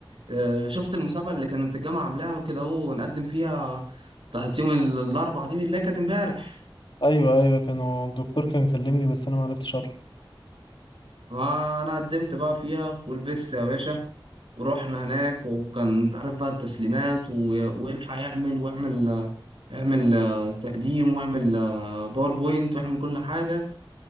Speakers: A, on the right (about 75°); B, on the left (about 65°).
A: آه، شفت المسابقة اللي كانت الجامعة عاملاها وكده هو نقدم فيها بتاعت يوم ال- الأربعة دي اللي هي كانت امبارح
B: ايوه ايوه كانوا الدكتور كان كلمني بس انا ما عرفتش اطلع
A: ما أنا قدمت بقى فيها ولبست يا باشا ورحنا هناك وكان تعرف بقى التسليمات و- والحق يعمل واعمل اعمل آه، تقديم واعمل آه، باوربوينت واعمل كل حاجة